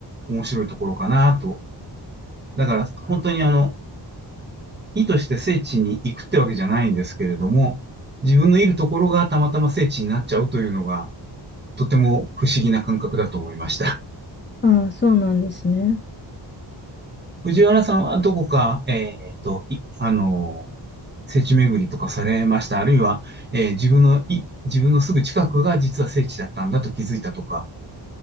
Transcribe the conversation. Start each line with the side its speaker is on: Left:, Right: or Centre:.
Right: 面白いところかなと。だから、本当にあの、意図して聖地に行くってわけじゃないんですけれども、自分のいるところがたまたま聖地になっちゃうというのが、とても不思議な感覚だと思いました。
Left: あ、そうなんですね。
Right: 藤原さんはどこか、えっと、い、あの、聖地巡りとかされました。あるいは、えー自分の、い、自分のすぐ近くが実は聖地だったんだと気づいたとか。